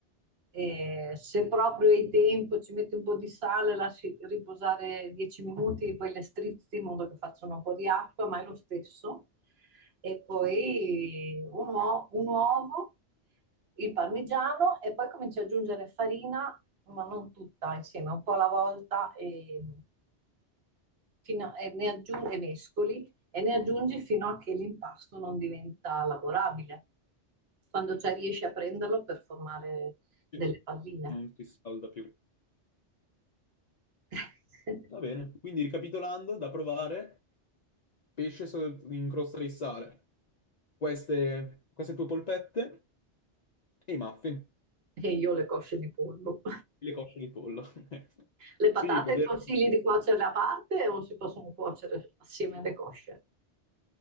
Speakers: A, on the right; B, on the left.
A: E se proprio hai tempo, ci metti un po' di sale, lasci riposare 10 minuti, poi le strizzi in modo che facciano un po' di acqua, ma è lo stesso. E poi un, uo- un uovo, il parmigiano e poi cominci ad aggiungere farina, ma non tutta insieme, un po' alla volta e, fino a- e ne aggiungi, e mescoli e ne aggiungi fino a che l'impasto non diventa lavorabile. Quando c'è riesci a prenderlo per formare delle
B: sì,
A: palline
B: non si scalda più.
A: <laughs>
B: Va bene, quindi ricapitolando, da provare, pesce so- in crosta di sale, queste, queste tue polpette e i muffin,
A: e io le cosce di pollo.
B: le cosce di pollo. <laughs>
A: Le patate
B: Sì, davvero
A: consigli di cuocerle a parte o si possono cuocere assieme alle cosce?